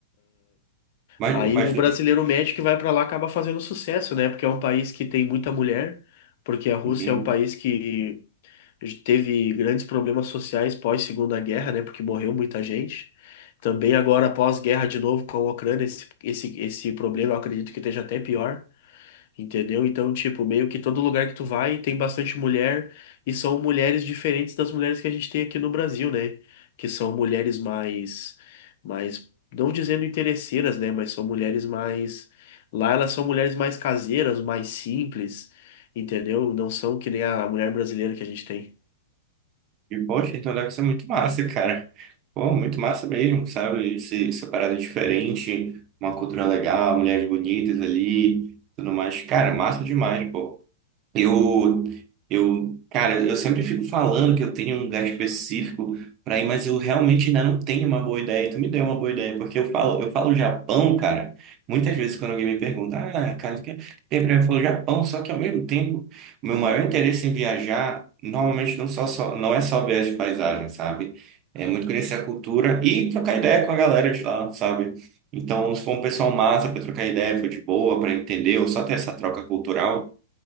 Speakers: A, on the right; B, on the left.
A: Mas,
B: Aí
A: mas
B: o brasileiro médio que vai pra lá acaba fazendo sucesso, né? Porque é um país que tem muita mulher, porque a Rússia
A: uhum.
B: é um país que teve grandes problemas sociais pós Segunda Guerra, né? Porque morreu muita gente. Também agora pós-guerra de novo com a Ucrânia, esse, esse, esse problema eu acredito que esteja até pior, entendeu? Então, tipo, meio que todo lugar que tu vai tem bastante mulher e são mulheres diferentes das mulheres que a gente tem aqui no Brasil, né? Que são mulheres mais, mais, não dizendo interesseiras, né? Mas são mulheres mais, lá elas são mulheres mais caseiras, mais simples, entendeu? Não são que nem a mulher brasileira que a gente tem.
A: E poxa, então deve ser muito massa, cara. Pô, muito massa mesmo, sabe? Esse, essa parada diferente, uma cultura legal, mulheres bonitas ali, tudo mais. Cara, massa demais, pô. Eu, eu, cara, eu sempre fico falando que eu tenho um lugar específico para ir, mas eu realmente ainda não tenho uma boa ideia. E tu me deu uma boa ideia, porque eu falo, eu falo Japão, cara. Muitas vezes quando alguém me pergunta, ah, cara, o que tem pra mim? Eu falo Japão, só que ao mesmo tempo, o meu maior interesse em viajar, normalmente não só, só não é só ver as paisagens, sabe? É muito conhecer a cultura e trocar ideia com a galera de lá, sabe? Então, se for um pessoal massa para trocar ideia, for de boa, para entender, ou só ter essa troca cultural